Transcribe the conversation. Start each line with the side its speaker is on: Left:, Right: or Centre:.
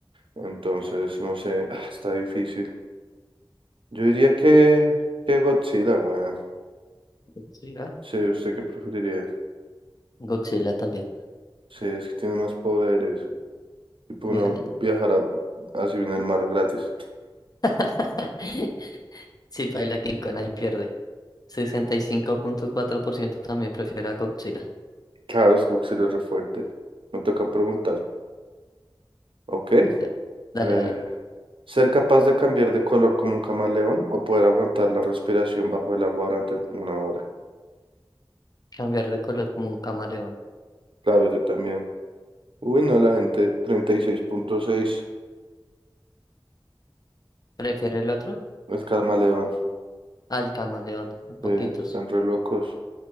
Right: Entonces, no sé, ah, está difícil. Yo diría que, que Godzilla, weón.
Left: Godzilla.
Right: Sí, ¿usted qué preferiría?
Left: Godzilla también.
Right: Sí, es que tiene más poderes. Y pues
Left: Mira.
Right: uno viajará así en el mar gratis.
Left: <laughs> Sí, baila King Kong ahí pierde. 65.4% también prefiere a Godzilla.
Right: Claro, es que Godzilla es re fuerte. Me toca preguntar. Ok.
Left: Dale, dale,
Right: eh,
Left: dale.
Right: ¿ser capaz de cambiar de color como un camaleón o poder aguantar la respiración bajo el agua durante una hora?
Left: Cambiar de color como un camaleón.
Right: Claro, yo también. Uy, no, la gente treinta y seis punto seis
Left: ¿Prefiere el otro?
Right: el camaleón.
Left: Al camaleón. A poquitos.
Right: eh, están re locos.